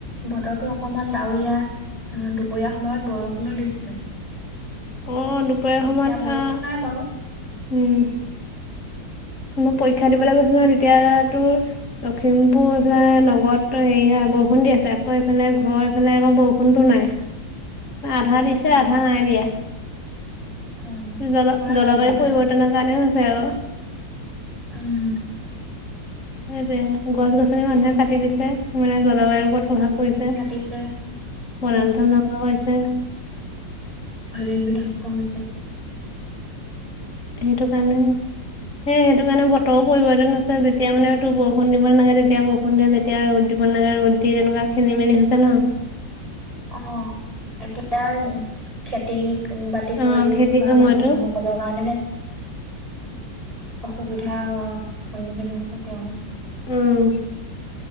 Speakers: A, on the right; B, on the left.
A: বতৰটো অকমান ডাৱৰীয়া। অ', দুপৰীয়া সময়ত বৰষুণো দিছিলে।
B: অ', দুপৰীয়া
A: এতিয়া
B: সময়ত
A: বৰষুণ
B: অ',
A: নাই বাৰু
B: উম। মই পৰীক্ষা দিবলৈ গৈছো নহয় তেতিয়া তোৰ লখিমপুৰ সেইফালে নগৰতটো হেৰি হৈ বৰষুণ দি আছে আকৌ এইফালে ঘৰ এইফালে আকৌ বৰষুণতো নাই। আধা দিছে
A: অ',
B: আধা নাই দিয়া।
A: অ',
B: জল
A: হয়
B: জলবায়ু
A: কেতিয়াবা
B: পৰিৰ্বতনৰ কাৰণে হৈছে আকৌ।
A: উম।
B: সেইটোৱে গছ গছনি মানুহে কাটি দিছে মানে জলবায়ুৰ ওপৰত প্ৰভাৱ
A: গছ গছনি
B: পৰিছে
A: কাটিছে উম,
B: বনাঞ্চল ধ্বংস কৰিছে।
A: পৰিৱেশ বিনস্থ হৈছে।
B: সেইটো কাৰণে সেই সেইটো কাৰণে বতৰো পৰিৱৰ্তন হৈছে। যেতিয়া মানে তোৰ বৰষুণ দিব নালাগে তেতিয়া বৰষুণ দিয়ে যেতিয়া ৰ'দ বন নাগা ৰ'দ দিয়ে, তেনেকোৱা খেলি মেলি হৈছে ন।
A: অ এতিয়াৰ খেতি বাতি
B: অ',
A: কৰি
B: খেতিৰ
A: খোৱা
B: সময়তো
A: মানুহসকলৰ কাৰণে অসুবিধা স সন্মুখীন হৈছে তেওঁলোক।
B: উহ।